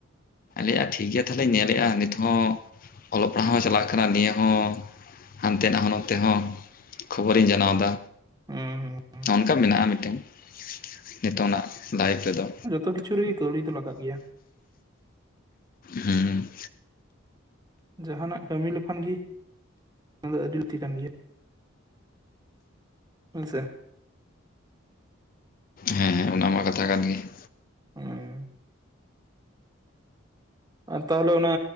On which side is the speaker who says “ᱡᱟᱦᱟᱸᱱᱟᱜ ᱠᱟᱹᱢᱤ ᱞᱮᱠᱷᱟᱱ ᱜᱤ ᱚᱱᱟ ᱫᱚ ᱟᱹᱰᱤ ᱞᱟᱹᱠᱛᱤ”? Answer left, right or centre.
Right